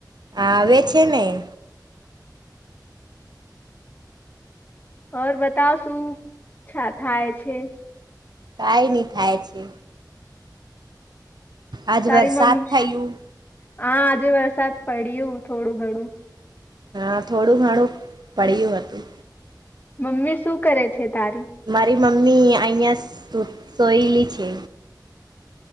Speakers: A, on the right; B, on the left.
A: આવે છે નહી
B: ઓર બતાવ શું છા થાય છે
A: કાઈ નહી ખાય છે આજ
B: તારી
A: વરસાદ
B: મમ્મી
A: થયું
B: હા આજે વરસાદ પડ્યું થોડું ઘણું
A: હા થોડું ઘણું પડ્યું હતું
B: મમ્મી શું કરે છે તારી
A: મારી મમ્મી અહિયાં સોયલી છે